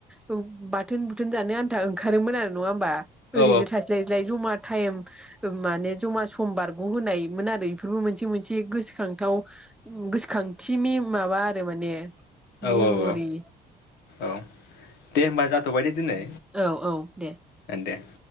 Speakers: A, in the centre; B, on the left.
A: औ बाथोन बुथोन जानो आन्था ओंखारोमोन आरो नंङा होमबा।
B: औ
A: ओरैनो थास्लायस्लाय जमा टाइम ओ माने जमा सम बारग' होनायमोन आरो इफोरबो मोनसे मोनसे गोसोखांथाव ओं गोसोखांथि मेम माबा आरो माने
B: औ
A: मेम'रि।
B: औ औ दे होनबा जाथ'बाय दे दिनै।
A: औ औ दे
B: गोन दे।